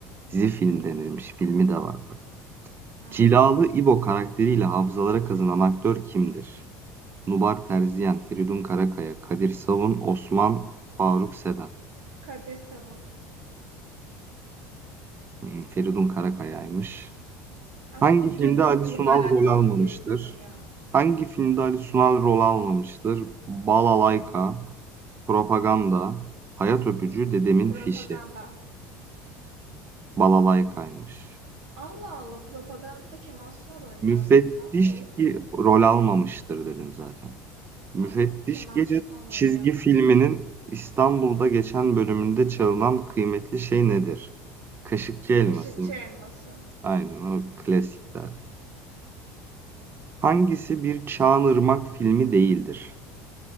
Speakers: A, on the right (about 30°); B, on the right (about 75°).
A: Dizi-film denirmiş, filmi de var bak.
B: A!
A: Cilalı İbo karakteriyle hafızalara kazınan aktör kimdir? Nubar Terziyen, Feridun Karakaya, Kadir Savun, Osman Faruk Seden.
B: Kadir Savun.
A: Hmm, Feridun Karakaya'ymış.
B: Aslında
A: Hangi filmde
B: dün
A: Ali
B: bir
A: Sunal
B: bununla alakalı
A: rol almamıştır?
B: video izledim ya.
A: Hangi filmde Ali Sunal rol almamıştır? Balalayka, Propaganda, hayat öpücü dedemin
B: Propaganda.
A: fişi, balalaykaymış.
B: Allah Allah, propaganda da Kemal Sunal oynuyor
A: Müfettiş
B: aslında. Oğlu da
A: ki
B: mı oynuyor?
A: rol almamıştır dedim zaten. Müfettiş
B: Tamam. Kemal
A: Gece
B: Sunal oynuyor
A: çizgi
B: ama.
A: filminin İstanbul'da geçen bölümünde çalınan kıymetli şey nedir? Kaşıkçı elması.
B: Kaşıkçı Elması.
A: Aynen o klasik zaten. Hangisi bir Çağan filmi değildir?